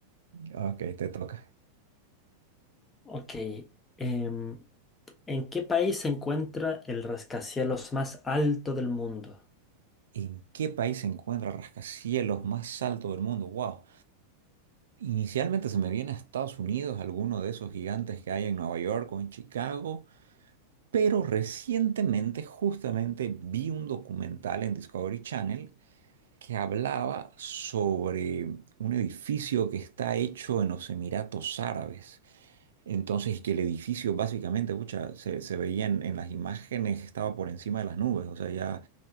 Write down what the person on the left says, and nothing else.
Ok. em, ¿en qué país se encuentra el rascacielos más alto del mundo?